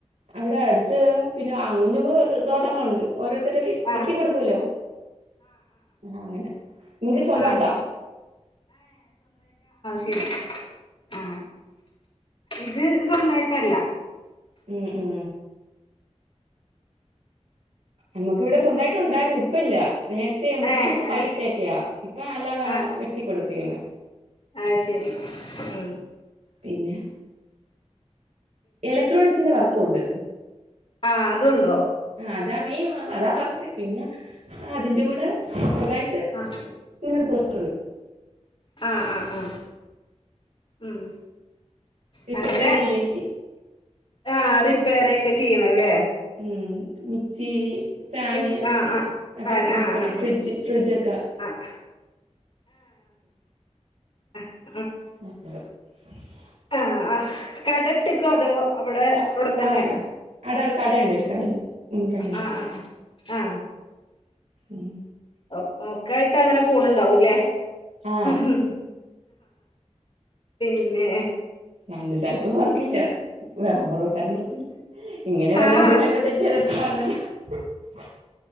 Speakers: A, on the right (about 85°); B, on the left (about 45°).
A: അവിടെ അടുത്ത് പിന്നെ അങ്ങും ഇങ്ങും ഓരോ തോട്ടങ്ങളുണ്ട് ഓരോ-
B: ആ
A: വെട്ടികൊടുക്കൂലോ ആ അങ്ങനെ നിങ്ങക് സ്വന്തയിട്ട
B: ആ രി അ ഇത് സ്വന്തയിട്ടല്ല
A: മ് മ് നമ്മുക്ക് ഇവിടെ സ്വന്തയിട്ട് ഉണ്ടായിരുന്നു ഇപ്പല്ല നേരത്തെ മുറിച്
B: ഏ
A: ഇപ്പ തൈ
B: ആ
A: ഇട്ടേക്ക ഇപ്പല്ലേതെ
B: ആ
A: വെട്ടിക്കോടുക്യാണ്
B: ആഹ് ശരി ഉം
A: പിന്നെ ഇലഡ്രോണിക്സിന്റെ വർക്കും ഉണ്ട്
B: ആ അതുണ്ടോ
A: അ അതാ മെയിൻ വ അതാ വർക് പിന്നെ അതിന്റെ കൂടെ ചെറുതായിട്ട്
B: ആഹ്
A: ഇങ്ങനെ പോവുന്നത്
B: അ അ അ ഉം
A: റിപ്പയറിങ്ങിന്റെ
B: പകലാ ആ റിപ്പായർ ഒക്കെ ചെയ്നാല്ലേ
A: മ് മിക്സി ഫാൻ
B: മിക്സ് ആഹ് ആഹ്
A: അതൊക്കെ
B: പാൻ
A: റിപ്പായർ
B: ആഹ്
A: ചെയ്യും
B: ആഹ്
A: ഫ്രജ് ഫ്രിജ് ഒക്കെ
B: ആഹ് അ
A: <unintelligible> <inaudible>
B: ആ കടേതികുവോ അതോ അവിടെ
A: ക
B: അവിടെ തന്നെ
A: ആ ക
B: ആണോ
A: അടെ കടയുണ്ട് ഒരു കടയുണ്ട് ഉം കടയുണ്ട്
B: ആ ആ
A: ഉം
B: ഓ ഓക്കേ മഴകാലത്തങ്ങനെ പോന്നുണ്ടവുല്ല
A: ആ
B: ഉഹും പിന്നെ
A: രണ്ട് സ്ഥലത്തും വർക്കില്ല
B: പി
A: റബറു താനത്തുല്ലാ ഇങ്ങനെ
B: ആഹ്
A: വെല്ലോം എന്തെങ്കിലും ഓക്കെ <unintelligible>